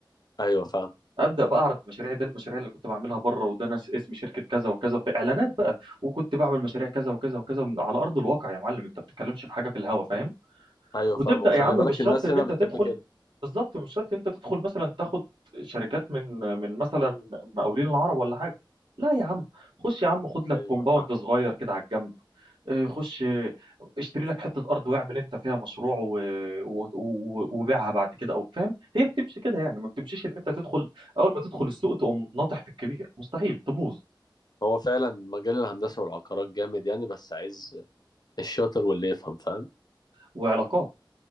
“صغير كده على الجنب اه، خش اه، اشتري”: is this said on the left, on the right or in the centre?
Right